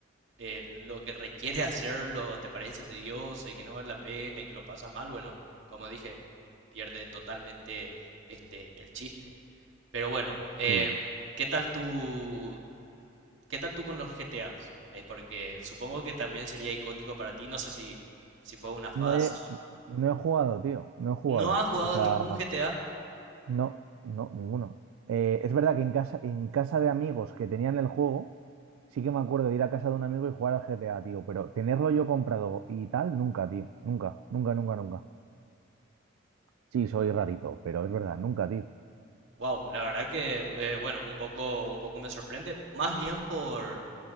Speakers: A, on the right; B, on the right.
A: eh, lo que requiere <laughs> hacerlo te parece tedioso y que no vale la pena y que lo pasas mal, bueno, como dije, pierde totalmente este, el chiste. Pero bueno, eh,
B: Sí.
A: ¿qué tal tú, qué tal tú con los GTAs? Es porque supongo que también sería icónico para ti, no sé si, si fue una fase.
B: No he, no he jugado, tío, no he jugado.
A: ¿No has jugado
B: O sea,
A: ningún GTA?
B: no, no, ninguno. Eh, es verdad que en casa, en casa de amigos que tenían el juego, Sí que me acuerdo de ir a casa de un amigo y jugar al GTA, tío, pero tenerlo yo comprado y tal, nunca, tío. Nunca, nunca, nunca, nunca. Sí, soy rarito, pero es verdad, nunca, tío.
A: Wow, la verdad que, eh, bueno, un poco, un poco me sorprende, más bien por,